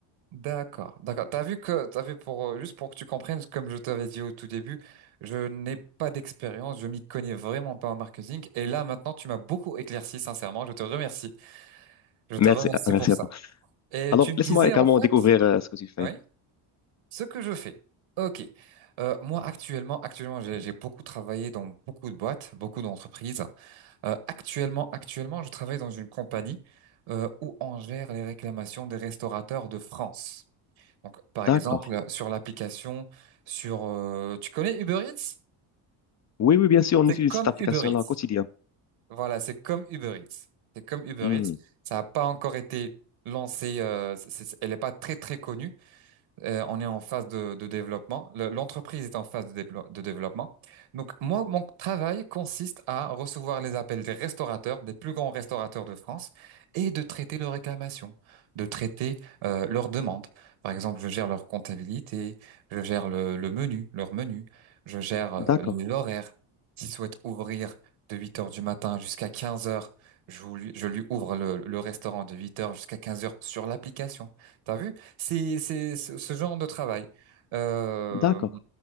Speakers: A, on the right; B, on the left.
A: D'accord, d'accord. T'as vu que, t'as vu pour, euh, juste pour que tu comprennes, comme je t'avais dit au tout début, je n'ai pas d'expérience, je m'y connais vraiment pas en marketing. Et là, maintenant, tu m'as beaucoup éclairci, sincèrement. Je te remercie. Je te
B: merci,
A: remercie
B: merci
A: pour ça.
B: à toi.
A: Et
B: Alors,
A: tu me
B: laisse-moi
A: disais,
B: également
A: en fait,
B: découvrir euh, ce que tu fais.
A: oui, ce que je fais. Ok. Euh, moi, actuellement, actuellement, j'ai, j'ai beaucoup travaillé dans beaucoup de boîtes, beaucoup d'entreprises. Euh, actuellement, actuellement, je travaille dans une compagnie, euh, où on gère les réclamations des restaurateurs de France. Donc, par exemple,
B: D'accord.
A: sur l'application, sur, euh, tu connais Uber Eats?
B: Oui, oui, bien sûr, on
A: C'est
B: utilise
A: comme
B: cette application-là
A: Uber Eats.
B: au quotidien.
A: Voilà, c'est comme Uber Eats. C'est comme Uber
B: Hmm.
A: Eats. Ça n'a pas encore été lancé. euh, c'est- c'est- elle n'est pas très très connue, euh, on est en phase de, de développement. Le- L'entreprise est en phase de, déplo- de développement. Donc, moi, mon travail consiste à recevoir les appels des restaurateurs, des plus grands restaurateurs de France, et de traiter leurs réclamations, de traiter euh, leurs demandes. Par exemple, je gère leur comptabilité, je gère le, le menu, leur menu, je gère euh,
B: D'accord,
A: les horaires. S'ils souhaitent ouvrir de 8 heures du matin jusqu'à 15 heures, je, vous lui- je lui ouvre le, le restaurant de 8 heures jusqu'à 15 heures sur l'application. T'as vu? C'est, c'est ce ce genre de travail. Euh,
B: d'accord.